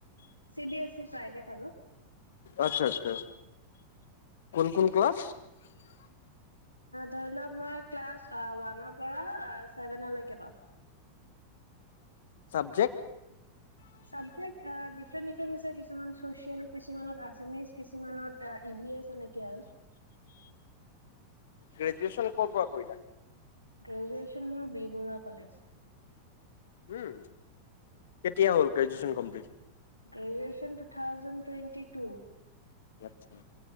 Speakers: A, on the left (about 85°); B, on the left (about 60°).
A: C B S E private আৰু
B: আচ্ছা আচ্ছা কোন কোন ক্লাছ হয়
A: ধৰি লওক মই ক্লাছ ওৱানৰ পৰা ছেভেনলৈকে পওঁ
B: চাবজেক্ট
A: চাবজেক্ট ডিফাৰেণ্ট ডিফাৰেণ্ট আছে কিছুমান চচিয়েল কিছুমানত আছামিছ কিছুমানত ই ভি এম ছা নেকি আৰু
B: গ্ৰোজুচন কৰা কৰিলা
A: গ্ৰেজুৱেশ্যন মোৰ বিবৰুৱা কলেজ
B: উম কেতিয়া হ'ল graduation complete
A: graduation two thousand twenty two
B: আচ্ছা